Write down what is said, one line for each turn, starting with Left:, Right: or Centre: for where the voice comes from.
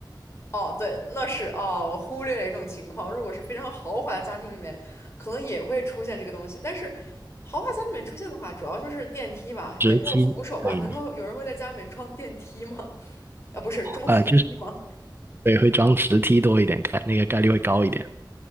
Left: 哦，对，那是哦，我忽略了一种情况。如果是非常豪华的家庭里面，可能也会出现这个东西。但是，豪华家里面出现的话，主要就是电梯吧，
Right: 直梯。
Left: 也没有扶手吧？
Right: 对，
Left: 难道有人会在家里面装电梯吗？啊，不是，装扶梯吗？
Right: 呃，就是对，会装直梯多一点，概那个概率会高一点。